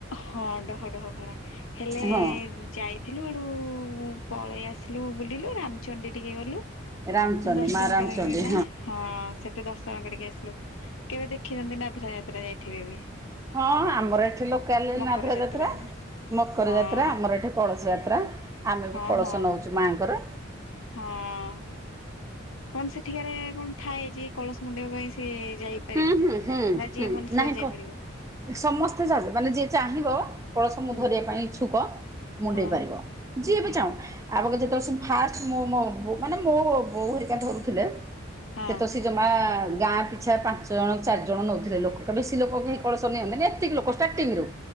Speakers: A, on the left; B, on the right.
A: ହଁ ଡହ ଡହ ଖରା ହେଲେ
B: ହଁ
A: ଯାଇ ଥିଲୁ ଏଡ଼ୁ ପଳେଇ ଆସିଲୁ ବୁଲିଲୁ ରାମଚଣ୍ଡୀ ଟିକେ ଗଲୁ
B: ରାମଚଣ୍ଡୀ
A: ଦର୍ଶନ
B: ମା ରାମଚଣ୍ଡୀ
A: କରିକିନା ହଁ ସେଠ ତୋ ଦର୍ଶନ କରିକି ଆସିଲୁ କେବେ ଦେଖିନନ୍ତି ନାଧରା ଯାତ୍ରା ଯାଇଥିବେ ବି
B: ହଁ ଆମର ଏଠି ଲୋକ କାଲିନାଧୀର
A: ମକର
B: ଯାତ୍ରା
A: ନା
B: ମକର
A: ହଁ
B: ଯାତ୍ରା ଆମର ଏଠି କଳସ ଯାତ୍ରା ଆମେ
A: ହଁ
B: ବି କଳସ
A: ହଁ
B: ନଉଛୁ। ମାଙ୍କର।
A: ହଁ। କଣ ସେଠିକାରେ କଣ ଥାଏ ଯେ କଳସ ମୁଣ୍ଡେଇବା ପାଇଁ ସିଏ ଯାଇପାରିବ
B: ହୁଁ ହୁଁ ହୁଁ
A: ନା ଯିଏ
B: ହୁଁ
A: ମନ ସିଏ
B: ନାହିଁ
A: ଯାଇପାରିବ?
B: କ ସମସ୍ତେ ଯାଉଚ ମାନେ ଯିଏ ଚାହିଁବ କଳସ ମୁ
A: ହୁଁ
B: ଧରିବା ପାଇଁ ଇଚ୍ଛୁକ ମୁଣ୍ଡେଇ
A: ହଁ
B: ପାରିବ। ଯିଏ
A: ହଁ
B: ବି ଚାହୁଁ। ଆ ଗକା ଯେତେବେଳେସି ଫାଷ୍ଟ ମୋ ମୋ ବୋଉ ମାନେ ମୋ ବୋଉ ବୋଉ ହେରିକା ଧରୁଥିଲେ
A: ହଁ।
B: ସେତବେଳେ ଜମା ଗାଁ ପି ଚ୍ଛା ପାଞ୍ଚ ଜଣ ଚାରି ଜଣ ନଉଥିଲେ ଲୋକ ବେଶୀ ଲୋକ କେହି କଳସ ନିଅନ୍ତିନି ଏତିକି ଲୋକ ଷ୍ଟାର୍ଟିଂ ରୁ।